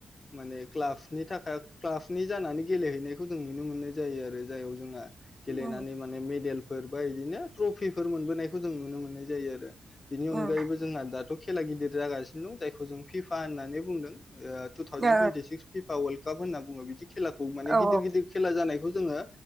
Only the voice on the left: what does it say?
माने क्लाबनि थाखाय क्लाबनि जानानै गेलेहैनायखौ जों नुनो मोननाय जायो आरो जायाव जोंहा गेलेनानै
माने मेडेल फोर बा बिदिनो ट्रफिफोर मोनोनायखौ जों नुनो मोननाय जायो आरो बिनि अनगायैबो
जोंहा दाथ' खेला गिदिर जागासिनो दं जायखौ जों फिफा होननानै बुंदों टु thousand
twenty six FIFA world cup होनना बुङो बिदि खेलाखौ माने
गिदिर गिदिर खेला जानायखौ जोङो